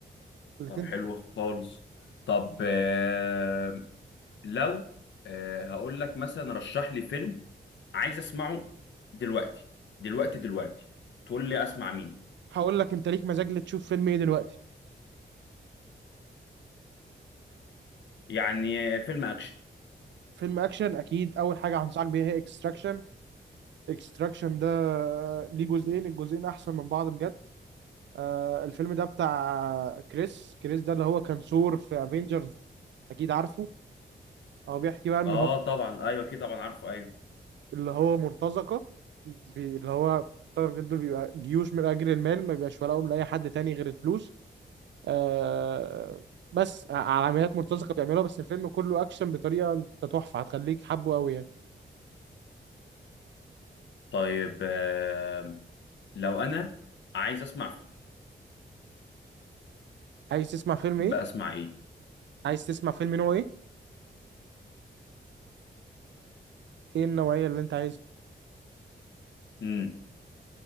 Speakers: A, on the right; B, on the left.
A: الاتنين
B: طب حلو خالص طب آه لو آه هقول لك مثلا رشح لي فيلم عايز اسمعه دلوقتي دلوقتي دلوقتي تقول لي اسمع مين
A: هقول لك انت ليك مزاج لتشوف فيلم ايه دلوقتي
B: يعني آه، فيلم اكشن
A: فيلم اكشن اكيد اول حاجه هنصحك بيها هي اكستراكشن اكستراكشن ده آه، ليه جزئين الجزئين احسن من بعض بجد آه، الفيلم ده بتاع كريس كريس ده اللي هو كان ثور في افنجرز اكيد عارفه هو بيحكي بقى ان
B: اه
A: هو
B: طبعا ايوه اكيد طبعا عارفه ايوه
A: اللي هو مرتزقه بي- اللي هو تارجت دول بيبقى جيوش من اجل المال ما بيبقاش ولاهم لاي حد تاني غير الفلوس آه بس ع- على عمليات مرتزقه بيعملوها بس الفيلم كله اكشن بطريقه انت تحفه هتخليك حبه قوي يعني
B: طيب آه لو انا عايز اسمع
A: عايز تسمع فيلم
B: بسمع
A: ايه
B: ايه
A: عايز تسمع فيلم نوع ايه ايه النوعيه اللي انت عايزها
B: امم